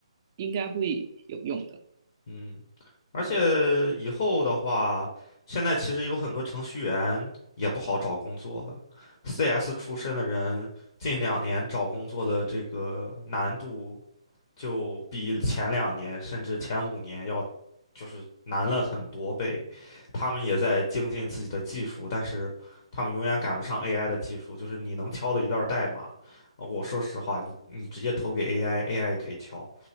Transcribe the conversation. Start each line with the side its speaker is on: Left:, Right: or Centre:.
Right: 应该会有用的。
Left: 嗯，而且以后的话，
Right: 嗯
Left: 现在其实有很多程序员也不好找工作了。CS
Right: 嗯，
Left: 出身的人，近两年找工作的这个难度就比前两年甚至前五年要就是难了很多倍。他们也在精进自己的技术，但是他们永远赶不上 AI 的技术。就是你能敲的一段代码，呃我说实话，你你直接投给 AI，AI 也可以敲。